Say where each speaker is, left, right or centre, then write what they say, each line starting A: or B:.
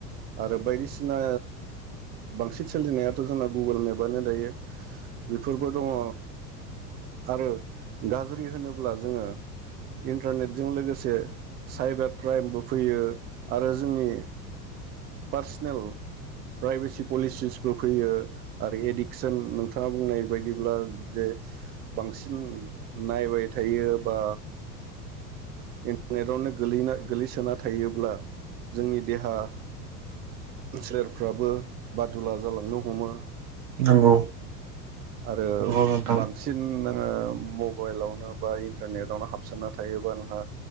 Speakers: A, on the right (about 20°); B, on the right (about 60°).
A: आरो बायदिसिना बांसिन सोलिनायाथ' जोंना गुगोल मेपआनो दायो बेफोरबो दङ आरो गाज्रि होनोब्ला जोङो इन्टारनेटजों लोगोसे साइबार क्राइमबो फैयो आरो जोंनि पार्सनेल प्राइभेसि पलिसिसबो फैयो आरो एडिकसन नोंथाङा बुंनाय बायदिब्ला जे बांसिन नायबाय थायो बा इन्टारनेटआवनो गोै गोलैसोना थायोब्ला जोंनि देहा सोलेरफ्राबो बादुला जालांनो हमो
B: नंगौ
A: आरो
B: नंगौ नोंथां
A: बांसिनों मबाइलावनो बा इन्टारनेटावनो हाबसोना थायोबा नोंहा